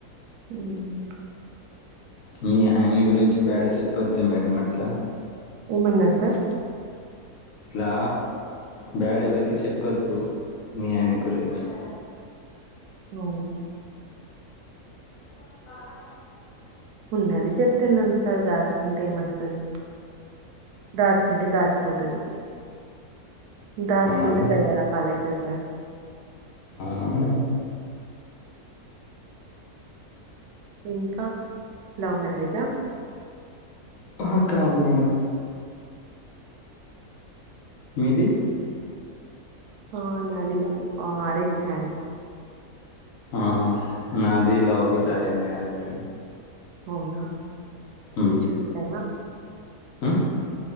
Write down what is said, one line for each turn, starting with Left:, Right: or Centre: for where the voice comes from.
Right: ఉమ్
Left: మీ ఆయన గురించి బ్యాడ్ చెప్పద్దు మేడం అట్లా
Right: ఏమన్నారు సార్
Left: ఇట్లా బ్యాడ్ ఎవరికి చెప్పద్దు మీ ఆయన గురించి <inaudible>
Right: అవునా!
Left: <inaudible>
Right: ఉన్నది చెప్తున్నాను సార్ దాచుకుంటే ఏమ వస్తది దాచుకుంటే దాచిపోతది దాచుకుంటే
Left: అవునా మేడం?
Right: దయ్యాల పాలయితది సార్
Left: హడ్
Right: ఇంకా లవ్ మ్యారేజా
Left: ఆహ కాదు మేడమ్ మీది
Right: ఆ నాది లవ్ అరేంజ్ మ్యరేజ్
Left: ఆహా నాది love with arrange marriage madam
Right: అవునా
Left: ఉమ్.
Right: మంచిగుంటదా
Left: ఉమ్?